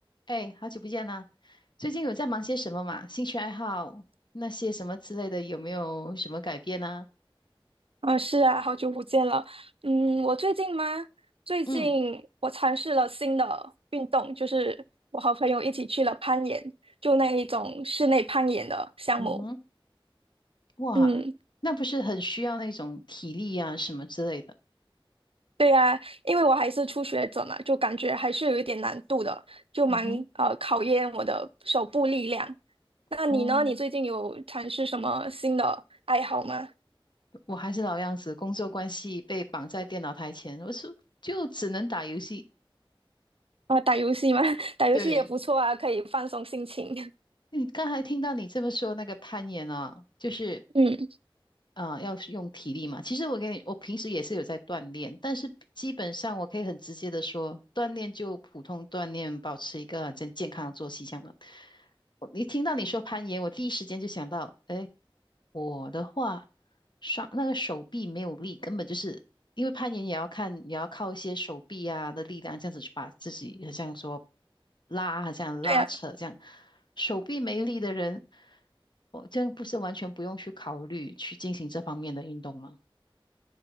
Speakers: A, on the left; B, on the right.
A: 哎，好久不见啦！最近有在忙些什么嘛？兴趣爱好那些什么之类的，有没有什么改变呢、
B: 啊，是啊，好久不见了。嗯，我最近吗？最近我尝试了新的运动，
A: 嗯
B: 就是我和朋友一起去了攀岩，就那一种室内攀岩的项目。
A: 嗯哼，哇，
B: 嗯，
A: 那不是很需要那种体力呀什么之类的。
B: 对呀，因为我还是初学者嘛，就感觉还是有一点难度的，就蛮呃考验我的手部力量。
A: 嗯哼，
B: 那你呢？
A: 哦，
B: 你最近有尝试什么新的爱好吗？
A: 我还是老样子，工作关系被绑在电脑台前，我是就只能打游戏。
B: 啊，打游戏吗？<laughs> 打游戏也不错啊，
A: 对，
B: 可以放松心情。
A: 你刚才听到你这么说那个攀岩啊，就是
B: <laughs> 嗯，
A: 啊，要是用体力嘛。其实我给你，我平时也是有在锻炼，但是基本上我可以很直接的说，锻炼就普通锻炼，保持一个很健健康的作息这样嘛。我一听到你说攀岩，我第一时间就想到，哎，我的话，上那个手臂没有力，根本就是因为攀岩也要看，也要靠一些手臂啊的力量，这样子去把自己好像说拉，好像拉扯这样。
B: 对呀，
A: 手臂没力的人，我这样不是完全不用去考虑去进行这方面的运动吗？